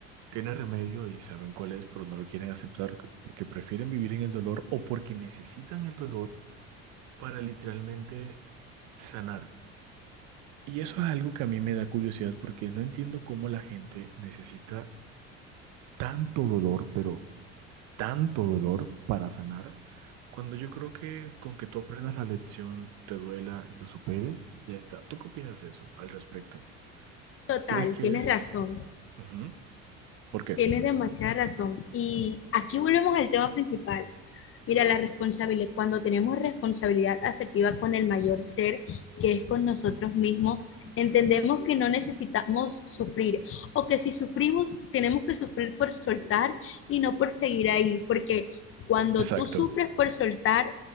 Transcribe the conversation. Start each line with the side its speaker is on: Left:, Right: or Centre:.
Right: tiene remedio y saben cuál es, pero no lo quieren aceptar c- porque prefieren vivir en el dolor o porque necesitan el dolor para literalmente sanar. Y eso es algo que a mí me da curiosidad porque no entiendo cómo la gente necesita tanto dolor, pero tanto dolor para sanar, cuando yo creo que con que tú aprendas la lección, te duela y lo superes, ya está. ¿Tú qué opinas de eso al respecto?
Left: Total,
Right: ¿Crees que
Left: tienes
Right: es...
Left: razón,
Right: Ujú. ¿Por qué?
Left: tienes demasiada razón. Y aquí volvemos al tema principal. Mira, la responsabilidad, cuando tenemos responsabilidad afectiva con el mayor ser, que es con nosotros mismos, entendemos que no necesitamos sufrir o que si sufrimos, tenemos que sufrir por soltar y no por seguir ahí, porque cuando
Right: Exacto.
Left: tú sufres por soltar,